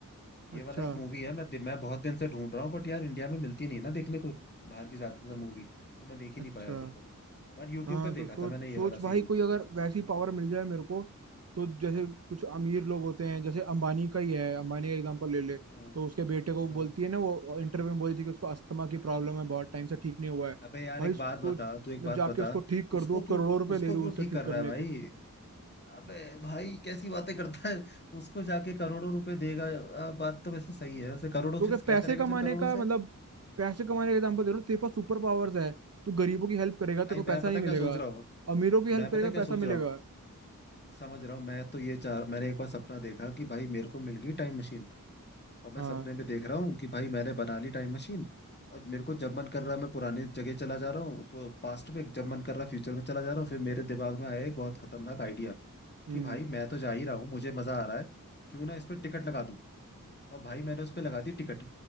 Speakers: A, on the left (about 30°); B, on the right (about 50°).
A: ये
B: अच्छा
A: वाला एक मूवी है मैं मैं बहुत दिन से ढूंढ रहा हूँ बट यार इंडिया में मिलती नहीं ना देखने को बाहर की ज्यादातर मूवी तो मैं देख ही
B: अच्छा
A: नहीं पाया फिर कभी बट यूट्यूब
B: हाँ
A: पे
B: तो
A: देखा
B: सोच
A: था मैंने ये
B: सोच
A: वाला
B: भाई
A: सीन
B: कोई अगर वैसी पावर मिल जाए मेरे को तो जैसे कुछ अमीर लोग होते हैं जैसे अंबानी का ही है अंबानी का एग्जांपल ले ले
A: हाँ
B: तो उसके बेटे को वो
A: हाँ
B: बोलती है ना वो इंटरव्यू में बोली थी कि उसको अस्थमा की प्रॉब्लम है बहुत टाइम से ठीक नहीं हुआ है
A: अबे यार
B: भाई
A: एक
B: सोच
A: बात बता तू एक
B: मैं
A: बात
B: जाके
A: बता
B: उसको ठीक कर
A: उसको
B: दूं
A: क्यों
B: करोड़ों रुपए
A: उसको
B: ले लूं
A: क्यों
B: उससे
A: ठीक
B: ठीक
A: कर
B: करने
A: रहा है भाई
B: के
A: अबे भाई कैसी बातें करता है उसको जाके करोड़ों रुपए देगा आ, बात तो वैसे सही है वैसे करोड़ों
B: तो
A: से
B: क्या पैसे
A: क्या करेगा
B: कमाने
A: फिर करोड़ों
B: का मतलब
A: से
B: पैसे कमाने का एग्जांपल दे रहा हूँ तेरे पास सुपर पावर्स है तू गरीबों की हेल्प करेगा तेरे
A: भाई
B: को पैसा
A: मैं पता
B: नहीं मिलेगा
A: क्या सोच रहा हूँ
B: अमीरों की हेल्प
A: मैं
B: करेगा
A: पता क्या
B: पैसा
A: सोच
B: मिलेगा
A: रहा हूँ समझ रहा हूँ मैं तो ये चाह मैंने एक बार सपना देखा कि भाई मेरे को मिल गई टाइम मशीन और मैं
B: हाँ
A: सपने में देख रहा हूँ कि भाई मैंने बना ली टाइम मशीन और मेरे को जब मन कर रहा है मैं पुरानी जगह चला जा रहा हूँ पास्ट में जब मन कर रहा है फ्यूचर में चला जा रहा हूँ फिर मेरे दिमाग में आया एक बहुत खतरनाक आइडिया
B: हम्म
A: कि भाई मैं तो जा ही रहा हूँ मुझे मजा आ रहा है क्यों ना इस पर टिकट लगा दूं और भाई मैंने उस पर लगा दी टिकट